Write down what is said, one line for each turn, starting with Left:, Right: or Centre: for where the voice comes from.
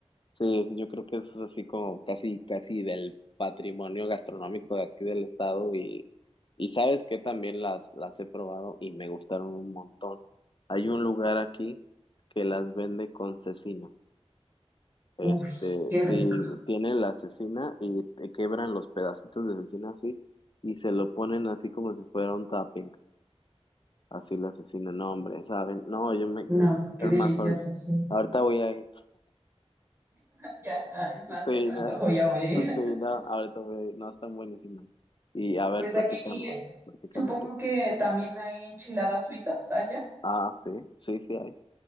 Left: Sí, es- yo creo que es así como casi, casi del patrimonio gastronómico de aquí del estado y, y sabes que también las, las he probado y me gustaron un montón. Hay un lugar aquí que las vende con cecina. Este,
Right: Uy, qué rico.
Left: sí, tienen la cecina y te quebran los pedacitos de cecina así y se lo ponen así como si fuera un tapping, así la cecina. No, hombre, ¿saben? No, yo me, es,
Right: No,
Left: es
Right: qué delicioso,
Left: más, ahorita,
Right: sí.
Left: ahorita voy a ir.
Right: Ya, ah, es más,
Left: Sí,
Right: ya se me
Left: no,
Right: antojó, ya voy a ir.
Left: sí,
Right: <laughs>
Left: no, ahorita voy, no, están buenísimas. Y a ver,
Right: Pues
Left: platícame,
Right: aquí eh,
Left: platícame
Right: supongo
Left: tú.
Right: que también hay enchiladas suizas allá.
Left: Ah, sí, sí, sí hay.